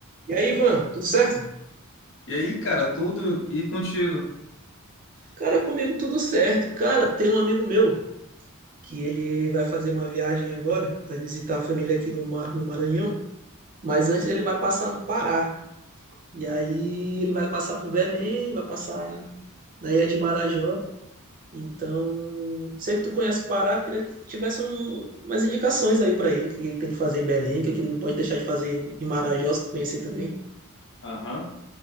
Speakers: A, on the right; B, on the left.
A: E aí, Ivan, tudo certo?
B: E aí, cara, tudo e contigo?
A: Cara, comigo tudo certo. Cara, tem um amigo meu que ele vai fazer uma viagem agora, vai visitar a família aqui no, Ma- no Maranhão, mas antes ele vai passar no Pará. E aí ele vai passar por Belém, vai passar na Ilha de Marajó. Então, sei que tu conhece o Pará, eu queria que tivesse um, umas indicações aí pra ele, o que ele tem que fazer em Belém, o que ele não pode deixar de fazer em Marajó, se tu conhecer também.
B: Aham.